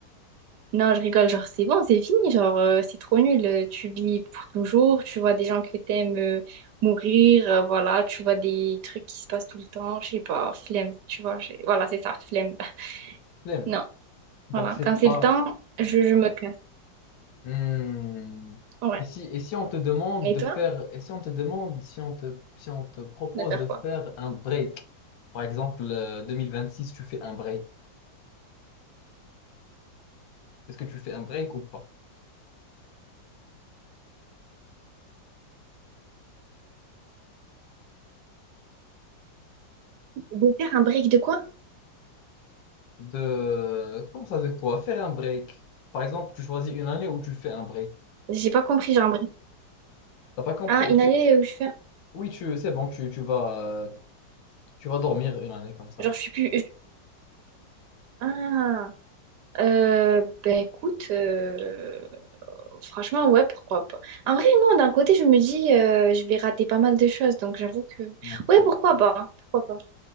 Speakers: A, on the right; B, on the left.
A: Non, je rigole. Genre, c'est bon, c'est fini. Genre, euh, c'est trop nul. Euh, Tu vis pour toujours. Tu vois des gens que t'aimes euh, mourir. euh, voilà. Tu vois des trucs qui se passent tout le temps. Je sais pas, flemme. Tu vois, j'ai- voilà, c'est ça, flemme. <laughs>
B: L'aime.
A: Non.
B: Donc
A: Voilà.
B: c'est
A: Quand c'est
B: pas,
A: le temps, je, je me casse.
B: Hmm.
A: Ouais.
B: Et si, et si on te demande
A: Et
B: de
A: toi,
B: faire, et si on te demande, si on te, si on te propose
A: de faire
B: de faire
A: quoi?
B: un break, par exemple, euh, six tu fais un break. Est-ce que tu fais un break ou pas?
A: De faire un break de quoi?
B: De, comment ça, de quoi? Faire un break. Par exemple, tu choisis une année où tu fais un break.
A: J'ai pas compris, genre un break.
B: T'as pas compris?
A: Ah, une
B: Tu,
A: année où je fais.
B: oui, tu, c'est bon, tu, tu vas, euh, tu vas dormir une année comme ça.
A: Genre, je suis plus. je- Ah, euh, ben écoute, euh, franchement, ouais, pourquoi pas. En vrai, non, d'un côté, je me dis, euh, je vais rater pas mal de choses, donc j'avoue que.
B: Ouais,
A: Ouais,
B: ouais,
A: pourquoi
B: ouais.
A: pas? Pourquoi pas?